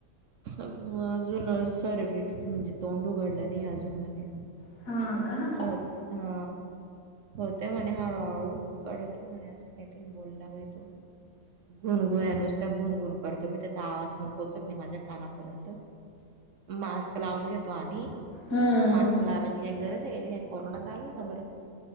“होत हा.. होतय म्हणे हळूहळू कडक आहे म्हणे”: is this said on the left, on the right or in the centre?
Right